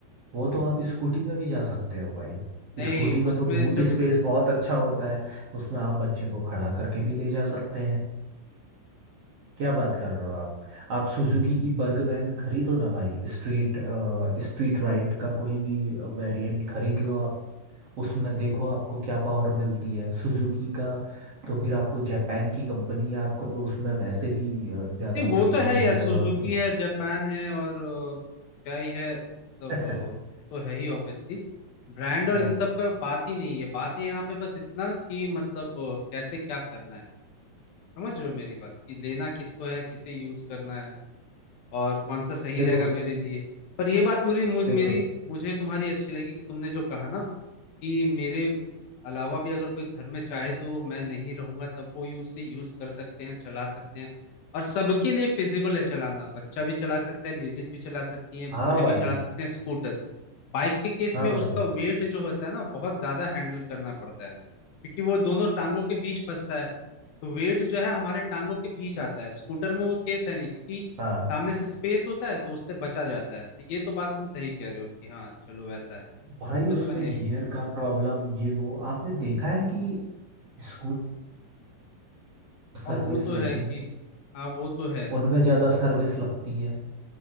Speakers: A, on the right; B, on the left.
A: वो तो आप स्कूटी में भी जा सकते हो भाई
B: नहीं
A: स्कूटी में
B: उसमें
A: तो बूट
B: जब
A: स्पेस बहुत अच्छा होता है उसमें आप बच्चे को खड़ा करके भी ले जा सकते हैं क्या बात कर रहे हो आप आप सुजुकी की बर्गमैन खरीदो ना भाई स्ट्रीट स्ट्रीट राइड का कोई भी वेरिएंट खरीद लो आप उसमें देखो आपको क्या पावर मिलती है सुजुकी का तो फिर आपको जापान की कंपनी है आपको तो उसमें वैसे भी अ, ज़्यादा
B: नहीं
A: वो
B: वो
A: देखने
B: तो है यार
A: की ज़रूरत
B: सुजुकी
A: नहीं
B: है
A: है
B: जापान है और अ, क्या ही है तब
A: <laughs>
B: वो तो है ही ऑब्वियसली ब्रांड और
A: अ,
B: इन सब का बात ही नहीं है बात है यहाँ पे बस इतना कि मतलब अ, कैसे क्या करना है समझ रहे हो मेरी बात कि लेना किसको है किसे यूज करना है और कौन सा सही
A: देखो
B: रहेगा मेरे लिए पर ये बात मुझे मु-
A: देखो
B: मेरी मुझे तुम्हारी अच्छी लगी कि तुमने जो कहा ना कि मेरे अलावा भी अगर कोई घर में चाहे तो मैं नहीं रहूंगा तब वो यूज से यूज कर सकते हैं चला सकते हैं और सबके लिए फिजिबल है चलाना बच्चा भी चला सकता है लेडीज भी चला सकती हैं
A: हाँ
B: बूढ़े
A: भाई
B: भी चला सकते हैं स्कूटर बाइक के केस
A: हाँ
B: में उसका
A: भाई
B: वेट जो होता है ना बहुत ज्यादा हैंडल करना पड़ता है क्योंकि वो दोनों टांगों के बीच फंसता है तो वेट जो है हमारे टांगों के बीच आता है स्कूटर में वो केस है नहीं क्योंकि
A: हाँ
B: सामने से स्पेस होता है तो उससे बचा जाता है तो ये तो बात तुम सही कह रहे हो कि हाँ चलो वैसा है
A: भाई
B: इस पे
A: उसमें
B: तो मैं नहीं
A: गियर
B: कहूंगा
A: का प्रॉब्लम ये वो आपने देखा है कि स्कूटर सर्विस
B: हाँ वो तो
A: लेती
B: है कि
A: है
B: हाँ वो तो है
A: उनमें ज़्यादा सर्विस
B: वो,
A: लगती है